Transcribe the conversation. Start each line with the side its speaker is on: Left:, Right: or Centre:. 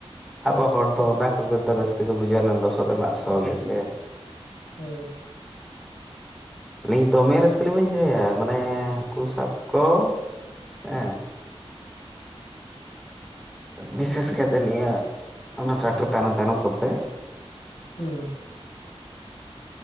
Centre: ᱟᱵᱚ ᱦᱚᱲ ᱫᱚ ᱚᱱᱟ ᱠᱚᱜᱮ ᱫᱚ ᱨᱟᱹᱥᱠᱟᱹ ᱵᱩᱡᱷᱟᱹᱣ ᱚᱱᱟ ᱞᱚᱥᱚᱫ ᱨᱮᱱᱟᱜ ᱥᱚ ᱜᱮᱥᱮ᱾
Left: ᱚ ᱻ ᱾
Centre: ᱟᱹᱞᱤᱧ ᱫᱚᱢᱮ ᱨᱟᱹᱥᱠᱟᱹᱞᱤᱤᱧ ᱵᱩᱡᱷᱟᱹᱣᱭᱟ ᱢᱟᱱᱮ ᱦᱟᱹᱠᱩ ᱥᱟᱵ ᱠᱚ᱾ ᱦᱮᱸ ᱻ᱾ ᱵᱤᱥᱮᱥ ᱠᱟᱭ ᱠᱟᱛᱮ ᱱᱤᱭᱟᱹ ᱚᱱᱟ ᱴᱨᱟᱠᱴᱟᱨ ᱛᱟᱭᱱᱚᱢ ᱛᱟᱭᱱᱚᱢ ᱠᱚᱛᱮ᱾
Left: ᱦᱩᱸ ᱻ᱾